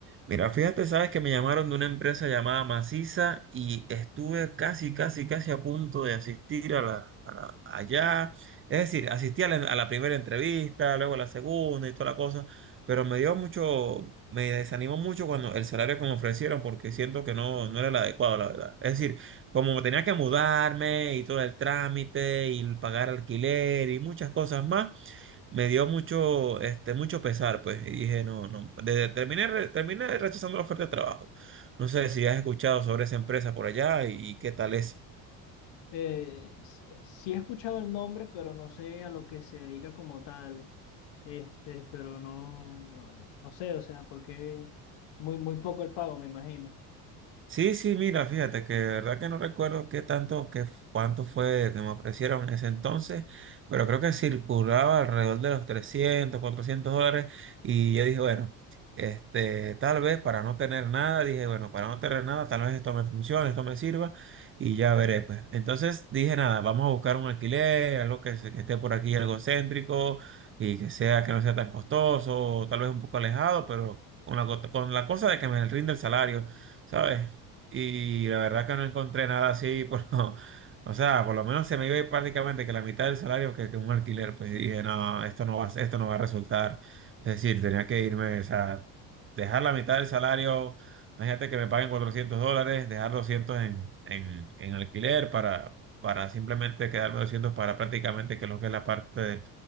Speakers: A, on the right (about 30°); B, on the left (about 70°).
A: Mira, fíjate, sabes que me llamaron de una empresa llamada Maciza y estuve casi, casi, casi a punto de asistir a la, a la- allá. Es decir, asistí a la, a la primera entrevista, luego a la segunda y toda la cosa, pero me dio mucho, me desanimó mucho cuando el salario que me ofrecieron porque siento que no, no era el adecuado, la verdad. Es decir, como tenía que mudarme y todo el trámite y pagar alquiler y muchas cosas más me dio mucho, este, mucho pesar, pues, y dije, no, no, de- terminé, re- terminé rechazando la oferta de trabajo. No sé si has escuchado sobre esa empresa por allá y, y qué tal es.
B: Eh, s- eh, sí he escuchado el nombre, pero no sé a lo que se dedica como tal. Este, pero no, no, no sé, o sea, porque muy, muy poco el pago, me imagino.
A: Sí, sí, mira, fíjate que de verdad que no recuerdo qué tanto, qué f- cuánto fue que me ofrecieron en ese entonces, pero creo que circulaba alrededor de los 300, 400 dólares y yo dije, bueno, este, tal vez para no tener nada, dije, bueno, para no tener nada, tal vez esto me funcione, esto me sirva y ya veré, pues. Entonces dije, nada, vamos a buscar un alquiler, algo que, se- que esté por aquí, algo céntrico y que sea, que no sea tan costoso, tal vez un poco alejado, pero con la, co- con la cosa de que me rinde el salario. ¿Sabes? Y la verdad que no encontré nada así, <laughs> por lo- o sea, por lo menos se me iba a ir prácticamente que la mitad del salario que, que un alquiler, pues dije, no, esto no va, a- esto no va a resultar. Es decir, tenía que irme, o sea, dejar la mitad del salario, imagínate que me paguen 400 dólares, dejar 200 en, en, en alquiler para, para simplemente quedarme 200 para prácticamente que lo que es la parte de,